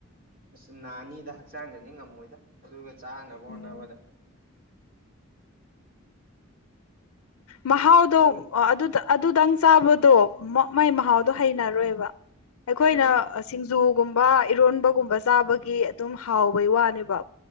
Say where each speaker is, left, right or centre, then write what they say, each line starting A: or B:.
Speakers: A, on the right; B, on the left.
A: ꯑꯁ ꯅꯍꯥ ꯑꯅꯤꯗ ꯍꯛꯆꯥꯡꯗꯗꯤ ꯉꯝꯃꯣꯏꯗ ꯑꯗꯨꯒ ꯆꯥꯅꯕ ꯍꯣꯠꯅꯕꯗ
B: ꯎꯝ ꯃꯍꯥꯎꯗꯣ
A: ꯑꯗꯨꯒ
B: ꯑꯗꯨꯗꯪ ꯆꯥꯕꯗꯣ ꯃꯥꯏ
A: ꯎꯝ
B: ꯃꯍꯥꯎꯗꯣ ꯍꯩꯅꯔꯣꯏꯕ ꯑꯩꯈꯣꯏꯅ
A: ꯍꯩꯅꯔꯣꯏ
B: ꯁꯤꯡꯖꯨ ꯨꯝꯕ ꯏꯔꯣꯟꯕꯒꯨꯝꯕ ꯆꯥꯕꯒꯤ ꯑꯗꯨꯝ ꯍꯥꯎꯕꯩ ꯋꯥꯅꯦꯕ